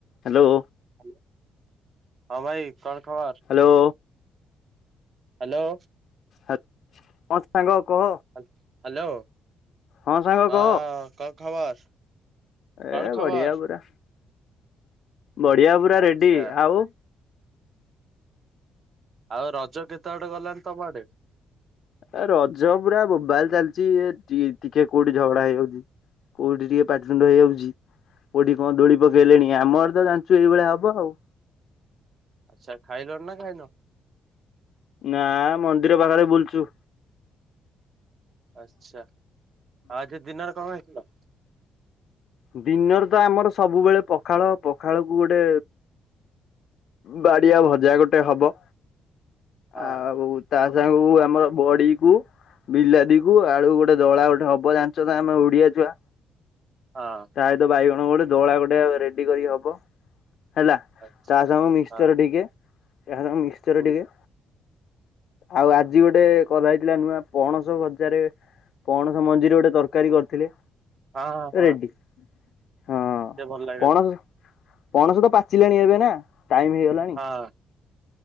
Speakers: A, on the left (about 65°); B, on the right (about 50°).
A: Hello.
B: Hello ହଁ ଭାଇ କଣ ଖବର?
A: ହ୍ୟାଲୋ।
B: ହ୍ୟାଲୋ।
A: ହା ହଁ ସାଙ୍ଗ କହ।
B: ହ୍ୟାଲୋ
A: ହଁ ସାଙ୍ଗ
B: ହଁ
A: କହ
B: କ ଖବର?
A: ଏ
B: କଣ ଖବର?
A: ବଢିଆ ପୁରା ବଢିଆ ପୁରା
B: ଆଚ୍ଛା
A: ରେଡି ଆଉ
B: ଆଉ ରଜ କେତେ ବାଟ ଗଲାଣି ତମ ଆଡେ।
A: ଏ ରଜ ପୁରା ବୋବାଲ ଚାଲିଛି ଏ ଟିକେ କୋଉଠି ଝଗଡା ହେଇଯାଉଛି। କୋଉଠି ଟିକେ ପାଟି ତୁଣ୍ଡ ହେଇଯାଉଚି। କଉଠି କଣ ଦୋଳି ପକେଇଲେଣି ଆମର ତ ଜାଣିଛୁ ଏଇଭଳି ହବ ଆଉ।
B: ଆଚ୍ଛା ଖାଇଲଣି ନା ଖାଇନ?
A: ନା ମନ୍ଦିର ପାଖରେ ବୁଲୁଛୁ
B: ଆଛା ଆଉ ଆଜି ଦିନରେ କଣ ହେଇଥିଲା
A: ଦଡିିନର ତ ଆମର ସବୁବେଳେ ପଖାଳ ପଖାଳକୁ ଗୋଟେ ବାଡିଆ ଭଜା ଗୋଟେ ହବ
B: ହଁ
A: ଆଉ ତା ସାଙ୍ଗକୁ ଆମର ବଡି କୁ ବିଲାଦି କୁ ଆଳୁ ଗୋଟେ ଦଳା ଗୋଟେ ହବ ଜାଣିଛ ଆମେ ଓଡିଆ ଛୁଆ।
B: ହଁ।
A: ପ୍ରାୟତ ବାଇଗଣ ଗୋଟେ ଦୋଳା ଗୋଟେ ରେଡି କରିକ ହବ। ହେଲା
B: ଆଚ୍ଛା
A: ତା ସାଙ୍ଗ ମିର
B: ହଁ
A: ଟିକେ ମିସ୍ତର
B: ହୁଁ
A: ଟିକେ ଆଉ ଆଜି ଗୋଟେ କ ହେଇଥିଲା ନୂଆ ପଣସ ବଜାରେ। କଣ ସେ ମଞ୍ଜିୁରରେ ଗୋଟେ ତରକାରୀ କରିଥିଲେ?
B: ହଁଁ ହଁ।
A: ରେଡି ହଁ
B: ସେ ଭଲ ଲାଗେ
A: ପଣସ ପଣସ ତ ପାଚିଲାଣି ଏବେ ନା ଟାଇମ ହେଇଗଲାଣି।
B: ହଁ।